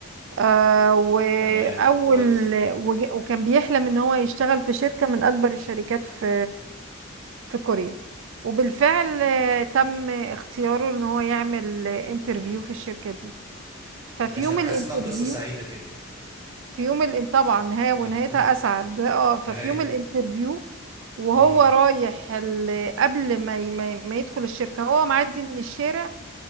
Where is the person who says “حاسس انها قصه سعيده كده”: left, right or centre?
Right